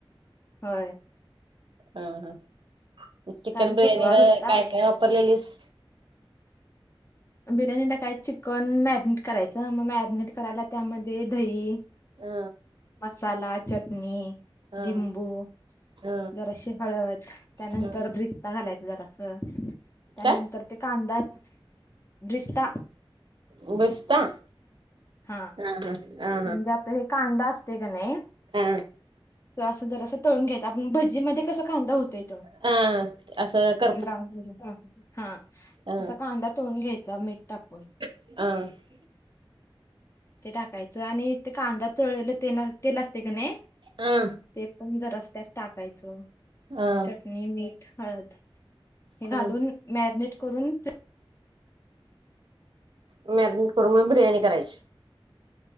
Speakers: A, on the left (about 30°); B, on the right (about 60°).
A: होय.
B: अह, चिकन
A: काल
B: बिर्याणीला
A: बुधवार होता.
B: काय काय वापरलेलीस?.
A: बिर्याणीला काय चिकन मॅरिनेट करायचा. मग मॅरिनेट करायला त्यामध्ये दही
B: अ,
A: साला, चटणी,
B: हा
A: लिंबू
B: हा
A: जराशी हळद त्यानंतर
B: हा
A: ब्रिस्ता घालायचं जरासं. त्यानंतर
B: काय
A: ते कांदा ब्रिस्ता
B: ब्रिस्ता?.
A: हा.
B: ह हा आ
A: म्हणजे आपलं हे कांदा असते कीं नाही
B: हा
A: ते असं जरासं तळून घ्यायचा, आपण भजीमध्ये कसं कांदा होतोय तो
B: हा असं क
A: ब्राऊन हा
B: अ
A: असं कांदा तळून घ्यायचा मीठ टाकून.
B: <inaudible>
A: ते टाकायचं आणि ते कांदा तळलेलं तेल असते का नाही?
B: अ
A: ते पण जरासं त्यात टाकायचं.
B: हा.
A: हें मीठ हळद हे घालून
B: हा
A: मॅरनेट करून पी
B: मॅगनेट करून मग बिर्याणी करायची.